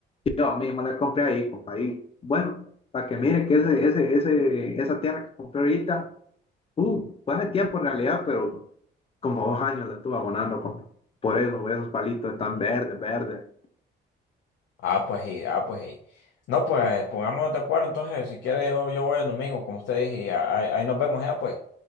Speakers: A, on the left; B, on the left.
A: Yo mismo le compré ahí, compa, ahí. Bueno, para que mire que ese, ese, ese, esa tierra que compré ahorita, uh, fue hace tiempo en realidad, pero como dos años la estuve abonando, compa. Por eso, esos palitos están verdes, verdes.
B: Ah, pues sí, ah, pues sí. No, pues pongámonos de acuerdo entonces, si quiere yo, yo voy el domingo, como usted dije, y ahí, ahí nos vemos ya, pues.